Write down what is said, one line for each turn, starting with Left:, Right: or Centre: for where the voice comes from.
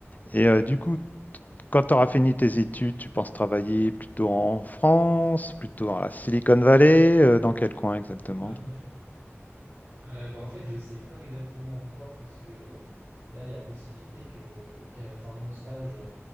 Left: Et euh, du coup, quand tu auras fini tes études, tu penses travailler plutôt en France, plutôt dans la Silicon Valley, euh, dans quel coin exactement?
Right: <laughs> Euh, bah, en fait, je sais pas exactement encore parce que euh, là, il y a possibilité que qu'à la fin de mon stage, euh,